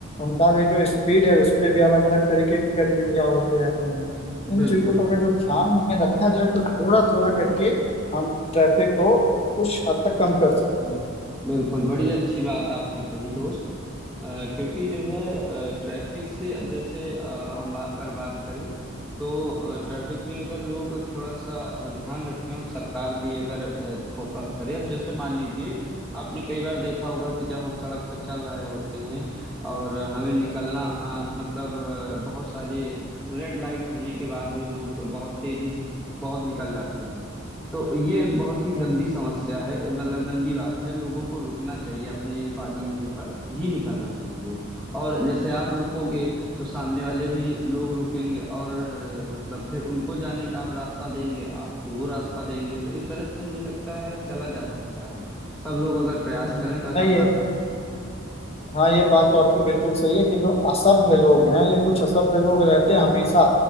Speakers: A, on the left; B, in the centre.
A: उनका भी जो स्पीड है उस पे भी अलग अलग तरीके की गतिविधियां होती रहती हैं इन
B: बिल्कुल
A: चीजों को अगर जब ध्यान में रखा जाए तो थोड़ा थोड़ा करके हम ट्रैफिक को कुछ हद तक कम कर सकते हैं
B: बिल्कुल बड़ी अच्छी बात आपने कही दोस्त अ, क्योंकि जो है ट्रैफिक से अब जैसे अ, हम बा- अगर बात करें तो ट्रैफिक में अगर लोग थोड़ा सा अ, ध्यान रखें और सरकार भी अगर फोकस करे अब जैसे मान लीजिए आपने कई बार देखा होगा कि जब हम सड़क पे चल रहे होते हैं और हमें निकलना अ, मतलब अ, बहुत सारी रेड लाइट होने के बाद भी लोग बहुत तेजी से बहुत निकल जाते हैं तो ये एक बहुत ही
A: हम्म
B: गंदी समस्या है मतलब गंदी बात है लोगों को रुकना चाहिए अपने बारी आने पर ही निकलना चाहिए और जैसे आप रुकोगे तो सामने वाले भी लोग रुकेंगे और अ, मतलब फिर उनको जाने का आप रास्ता देंगे आपको वो रास्ता देंगे तो इस तरह से मुझे लगता है चला जा सकता है सब लोग अगर प्रयास
A: हम्म।
B: करें तो ऐसा
A: नहीं है
B: कर सकते हैं
A: हाँ ये बात तो आपकी बिल्कुल सही है कि जो असभ्य लोग हैं ये कुछ असभ्य लोग रहते हैं हमेशा